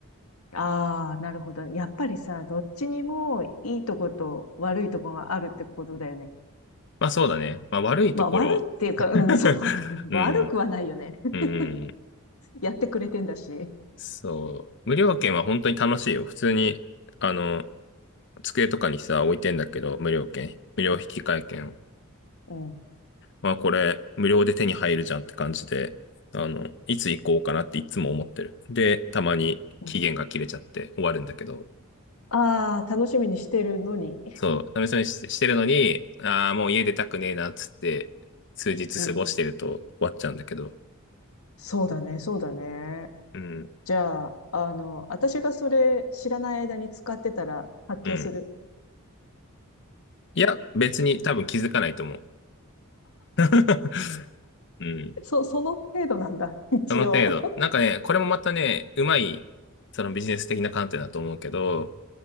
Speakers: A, on the left; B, on the left.
A: ああ、なるほどね。やっぱりさ、どっちにもいいとこと悪いとこがあるってことだよね。
B: まあ、そうだね。まあ、悪いところ。
A: まあ、悪いっていうか、
B: <laughs>
A: うん、そうだ。<laughs>
B: うん、
A: 悪くはないよね。<laughs>
B: うん、
A: やってくれてんだし。
B: そう。無料券は本当に楽しいよ。普通に、あの、机とかにさ、置いてんだけど、無料券、無料引換券を。
A: うん、
B: まあこれ無料で手に入るじゃんって感じで、あの、いつ行こうかなっていつも思ってる。で、たまに期限が切れちゃって終わるんだけど、
A: うん。ああ、楽しみにしてるのに。
B: そう、試しにししてるのに、ああ、もう家出たくねえなっつって、数日過ごしてると終わっちゃうんだけど、
A: うん。そうだね、そうだね。
B: うん、
A: じゃあ、あの、私がそれ知らない間に使ってたら発狂する。
B: うん。いや、別に多分気づかないと思う。
A: <laughs>
B: <laughs> うん。
A: そ、その程度なんだ。<laughs> 一応。
B: その程度。なんかね、これもまたね、うまい、そのビジネス的な観点だと思うけど、